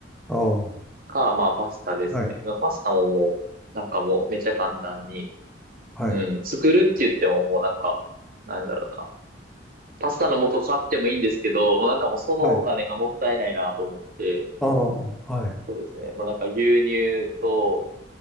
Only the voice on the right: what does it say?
か、まあパスタですね。
まあパスタももう、なんかもうめっちゃ簡単に、
うん、作るって言ってももうなんか、なんだろうな。パスタの素買ってもいいんですけど、もうなんかもうそのお金がもったいないなと思って、
そうですね。もうなんか牛乳と